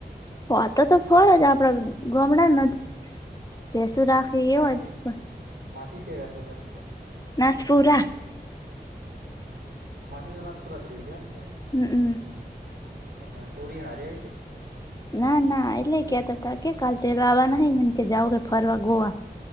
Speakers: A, on the left (about 20°); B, on the right (about 75°).
A: હતો તો ફળ જ આપડા ગોમડા ના જ ભેસું
B: હમ્મ
A: રાખી એવ
B: માસી
A: જ
B: માસી ચ્યા રહેતા તા એમ કઉ.
A: ના તૂરા
B: માસી તો નાથ પુરાત રહી એમને
A: હમ્મ હમ્મ.
B: અને સોડી હારી આય તી
A: ના ના એટલે ક્યાતા તા કે કાલ તે આવા નહિ એમ કે જાવુ હે ફરવા ગોવા